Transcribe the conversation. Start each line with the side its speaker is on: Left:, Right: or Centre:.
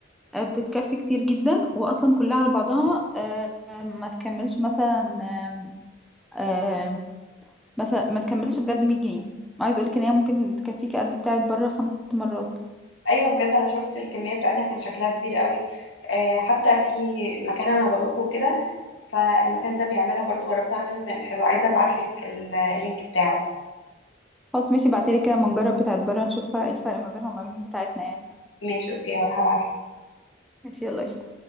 Centre: آه، بتكفي كتير جدا واصلا كلها على بعضها آه، آه، ما تكملش مثلا آه، آه، مثلا ما تكملش بجد 100 جنيه عايز اقولك ان هي ممكن تكفيك قد بتاعت بره خمس ست مرات
Left: ايوه بجد انا شفت الكميه بتاعتها كان شكلها كبير قوي آه حتى في مكان انا بروحه كده فالمكان ده بيعملها برضو جربتها منه كانت حلوه عايزه ابعت لك اللينك بتاعه
Centre: خلاص ماشي بعتلي كده ما نجرب بتاعت بره نشوف الفرق ما بينها وما بين بتاعتنا يعني
Left: ماشي اوكي هروح ابعت
Centre: ماشي يلا قشطة